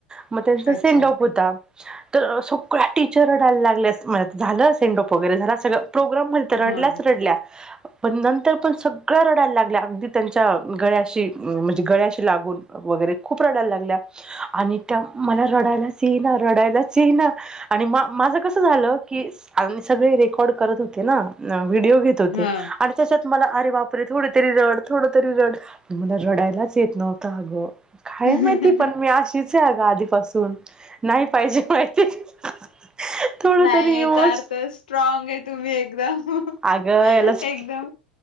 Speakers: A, on the right; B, on the left.
A: मग त्यांचा
B: अच्छा.
A: सेन्ड-ऑफ. होता तर अ.. सगळ्या टीचर रडायला लागल्या म्ह- झालं सेन्ड-ऑफ वगैरे झाला सगळं प्रोग्राम म्हणत रडल्याच
B: हां.
A: रडल्या पण नंतर पण सगळ्या रडायला लागल्या अगदी त्यांच्या गळ्याशी म-म्-म्हणजे गळ्याशी लागून वगैरे खूप रडायला लागल्या आणि त्यात मला रडयलायच येईना रडायलाच येईना आणि मा-माझ कस झालं की आ सगळे रेकॉर्ड करत होते ना व्हिडिओ घेत होते
B: हां.
A: आणि त्याच्यात मला अरे बापरे थोडी तरी रड थोड तरी रड मला रडायलाच, येत नव्हत अगं काय
B: हो.
A: माहिती पण मी अशीच <unintelligible> अगं आधीपासून नाही पाहिजे पाहिजे माहिती थोड
B: नाहीय
A: तरी इमोश
B: चार तर स्ट्रॉग आहे तुम्ही एकदम.
A: अगं एल च
B: एकदम